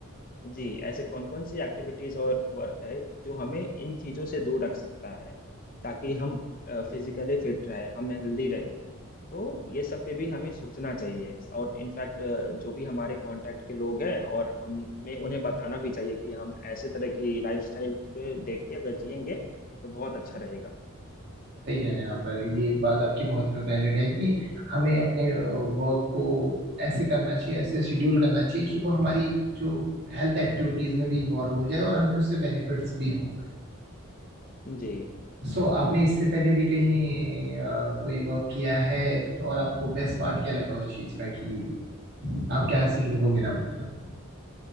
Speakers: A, on the left; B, on the right.
A: जी ऐसे कौन कौन सी एक्टिविटीज और वर्क है जो हमें इन चीजों से दूर रख सकता है ताकि हम फिजिकली फिट रहे हम हेल्दी रहें तो ये सब पे भी हमें सोचना चाहिए और इनफैक्ट जो भी हमारे कांटेक्ट के लोग हैं और हमें उन्हें बताना भी चाहिए कि हम ऐसे तरह की लाइफस्टाइल पे देख के अगर जिएंगे तो बहुत अच्छा रहेगा
B: सही कह रहे हैं आप ये बात आपकी बहुत वैलिड है कि हमें अपने वर्क को ऐसे करना चाहिए ऐसे शेड्यूल करना चाहिए कि वो हमारी जो हेल्थ एक्टिविटीज में भी इन्वॉल्व हो जाए और हमें उससे बेनिफिट्स भी हों
A: जी
B: सो आपने इससे पहले भी कहीं अ, कोई वर्क किया है और आपको बेस्ट पार्ट क्या लगा उस चीज का कि आप क्या सीखने को मिला मतलब